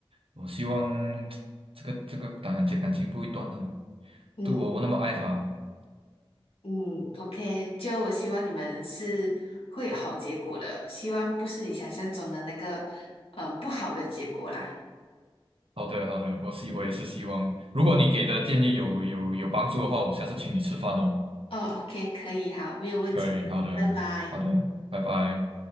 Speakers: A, on the right; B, on the left.
A: 我希望这个这个感情感情不会断啊，
B: 嗯。
A: 对我我那么爱他。
B: 嗯，OK，就我希望你们是会有好结果的，希望不是你想象中的那个，嗯，不好的结果啦。
A: 好的好的，我希我也是希望，如果你给的建议有有有帮助的话，我下次请你吃饭哦。
B: 哦，OK，可以，好，没有问题，
A: 可以，好的好的，
B: 拜拜。
A: 拜拜。